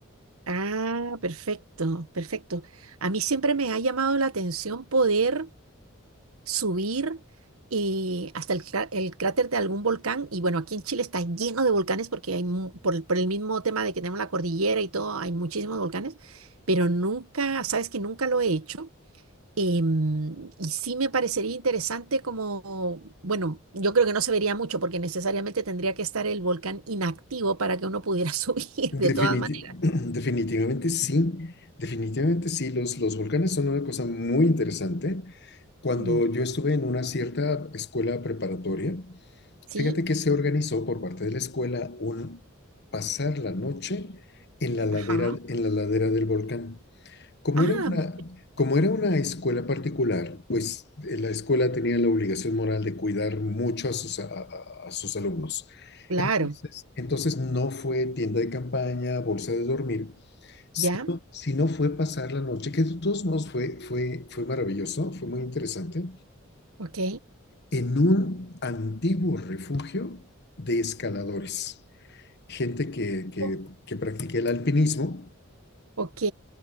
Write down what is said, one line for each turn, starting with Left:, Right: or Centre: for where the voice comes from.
Right: ah, perfecto, perfecto. A mí siempre me ha llamado la atención poder subir y hasta el, cra- el cráter de algún volcán. Y bueno, aquí en Chile está lleno de volcanes porque hay, mu- por, el- por el mismo tema de que tenemos la cordillera y todo, hay muchísimos volcanes, pero nunca, sabes que nunca lo he hecho. Em, y sí me parecería interesante como, bueno, yo creo que no se vería mucho porque necesariamente tendría que estar el volcán inactivo para que uno pudiera <laughs> subir
Left: Definiti-
Right: de todas maneras.
Left: <clears throat> definitivamente sí, definitivamente sí, los, los volcanes son una cosa muy interesante. Cuando
Right: Mm,
Left: yo estuve en una cierta escuela preparatoria,
Right: ¿Sí?
Left: fíjate que se organizó por parte de la escuela un pasar la noche en la ladera,
Right: Ajá.
Left: en la ladera del volcán. Como
Right: Ah,
Left: era una,
Right: mi-
Left: como era una escuela particular, pues eh, la escuela tenía la obligación moral de cuidar mucho a sus, a- a- a sus alumnos.
Right: claro.
Left: Entonces, entonces no fue tienda de campaña, bolsa de dormir, sino,
Right: Ya.
Left: sino fue pasar la noche, que de todos modos fue, fue, fue maravilloso, fue muy interesante,
Right: Ok.
Left: en un antiguo refugio de escaladores, gente que, que,
Right: Oh,
Left: que practica el alpinismo
Right: Ok.